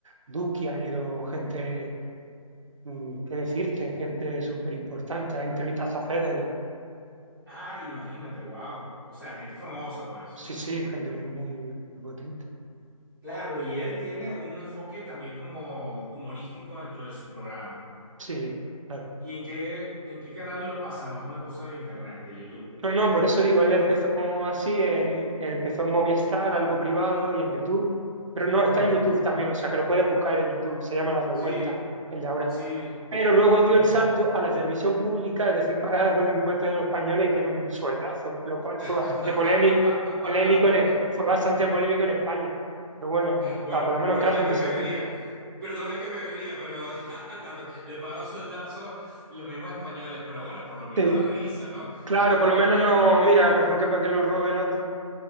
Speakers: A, on the right (about 60°); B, in the centre.
A: Duki, ha ido gente, mm, qué decirte, gente súper importante, ha entrevistado a Federer.
B: Ah, imagínate, wow. O sea, gente famosa, pues.
A: Sí, sí, gente muy, muy potente.
B: Claro, y él tiene un enfoque también como humorístico dentro de su programa.
A: Sí, claro.
B: ¿Y en qué, en qué canal lo pasan? ¿O es una cosa de internet, de YouTube?
A: No, no, por eso digo, él empezó así, en, empezó en Movistar, algo privado y en YouTube, pero no,
B: Ok.
A: está en YouTube también, o sea que lo puedes buscar en YouTube, se llama La Revuelta,
B: Sí,
A: el de ahora.
B: Sí,
A: Pero luego dio
B: me-
A: el salto a la televisión pública, es decir, pagada con los impuestos de los españoles y tiene un sueldazo, lo cual fue
B: <laughs>
A: bastante polémico, polémico en, Es- fue bastante polémico en España. Pero bueno, me gusta,
B: Bueno,
A: por lo menos
B: perdona
A: que la gente
B: que me
A: se
B: ría,
A: ríe.
B: perdona que me ría, pero <laughs> ta- le pagan sueldazo los mismos españoles, pero bueno, por lo menos
A: Sí.
B: da risa, ¿no?
A: Claro, por lo menos no, mira, mejor que para que lo roben otro.